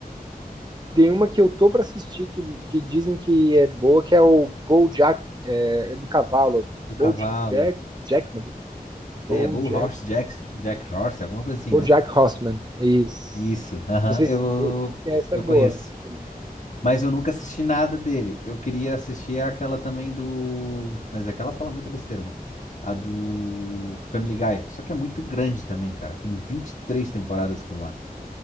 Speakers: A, on the right; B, on the left.
A: Tem uma que eu tô pra assistir que, que dizem que é boa, que é o BoJack, é, é do cavalo.
B: Do
A: BoJack,
B: cavalo.
A: Jackman. BoJack
B: É, Bull Horse Jack, Jack Horse, alguma coisa assim,
A: BoJack
B: né?
A: Horseman, isso.
B: Isso, aham,
A: Não sei
B: eu,
A: se essa
B: eu
A: é boa
B: conheço.
A: também.
B: Mas eu nunca assisti nada dele. Eu queria assistir aquela também do. Mas aquela fala muita besteira, né? A do Family Guy. Só que é muito grande também, cara. Tem 23 temporadas aquilo lá.